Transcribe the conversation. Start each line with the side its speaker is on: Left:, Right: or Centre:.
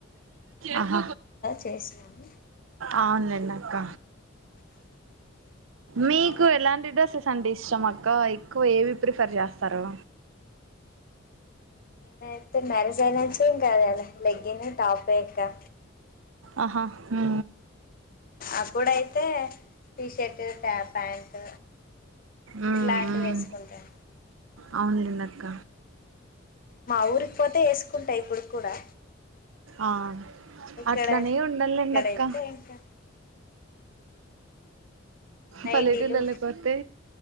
Right: అహ
Left: చేసినాము
Right: ఆవునులేండి అక్క మీకు ఎలాంటి డ్రసెస్ అంటే ఇష్టం అక్క ఎక్కువ ఏవి ప్రిఫర్ చేస్తారు
Left: నేనైతే మ్యారేజ్ అయిన నుంచి ఇంకా లెహే లెగ్గిన్ ను టాపే అక్క
Right: ఆహా ఊ
Left: అప్పుడైతే టీషర్ట్ ప్యాంట్
Right: ఊ ఊ
Left: ఇలాంటివి వేసుకుంటాను
Right: అవును లేండి అక్క
Left: మా ఊరికి పోతే వేసుకుంట ఇప్పుడు కూడా
Right: ఆ
Left: ఇక్కడ
Right: అట్లనే ఉండాలేండి
Left: ఇక్కడైతే
Right: అక్క
Left: ఇంకా నైటీలు
Right: పల్లెటిళ్లల్లో పోతే